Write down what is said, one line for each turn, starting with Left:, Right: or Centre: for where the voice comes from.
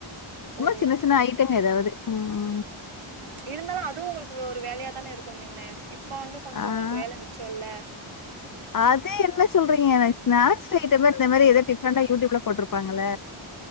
Left: சும்மா
Right: ஓ
Left: சின்ன சின்ன ஐட்டங்க எதாவுது ம் ம்.
Right: இருந்தாலு அதுவு உங்களுக்கு ஒரு வேலையா தான இருக்கு மின்ன இப்ப வந்து கொஞ்சோ
Left: ஆ.
Right: உங்களுக்கு வேல மிச்ச இல்ல
Left: அது என்ன சொல்றிங்க ஸ்நாக்ஸ் ஐட்டலா இந்த மாரி எதோ டிஃப்ரெண்டா யூடியூப்ல போட்ருப்பாங்கல